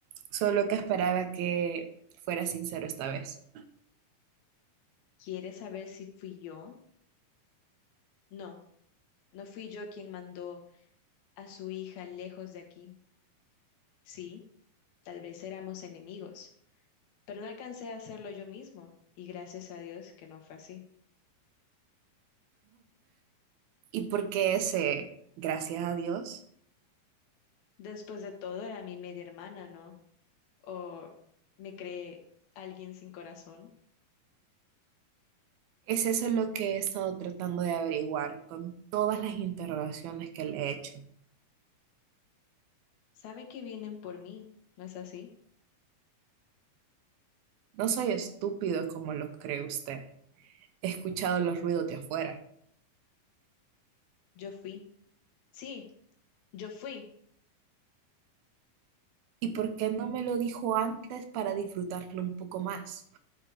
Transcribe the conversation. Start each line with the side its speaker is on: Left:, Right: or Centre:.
Right: solo que esperaba que fuera sincero esta vez.
Left: ¿Quiere saber si fui yo? No, no fui yo quien mandó a su hija lejos de aquí. Sí, tal vez éramos enemigos, pero no alcancé a hacerlo yo mismo, y gracias a Dios que no fue así.
Right: ¿Y por qué ese, gracias a Dios?
Left: Después de todo, era mi media hermana, ¿no? O me creé alguien sin corazón.
Right: Es eso lo que he estado tratando de averiguar con todas las interrogaciones que le he hecho.
Left: Sabe que vienen por mí, ¿no es así?
Right: No soy estúpido como lo cree usted. He escuchado los ruidos de afuera.
Left: Yo fui. Sí, yo fui.
Right: ¿Y por qué no me lo dijo antes para disfrutarlo un poco más?